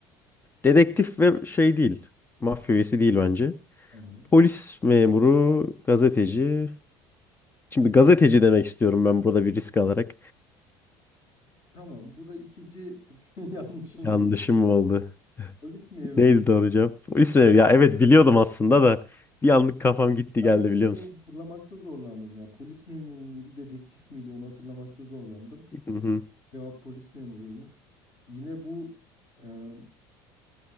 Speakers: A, on the left (about 20°); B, on the left (about 50°).
A: Dedektif ve şey değil. Mafya üyesi değil bence.
B: Tamam.
A: Polis memuru, gazeteci. Şimdi gazeteci demek istiyorum ben burada bir risk alarak.
B: Tamam. Bu da ikinci <laughs> yanlışın oldu.
A: Yanlışım oldu.
B: Polis memuruydu.
A: Neydi doğru cevap? İsveç. Ya evet biliyordum aslında da bir anlık kafam gitti
B: Ben
A: geldi
B: de
A: biliyor
B: şeyi
A: musun?
B: hatırlamakta zorlandım. Yani polis memuru muydu, dedektif miydi onu hatırlamakta zorlandım.
A: Hı hı.
B: Cevap polis memuruymuş. Yine bu e,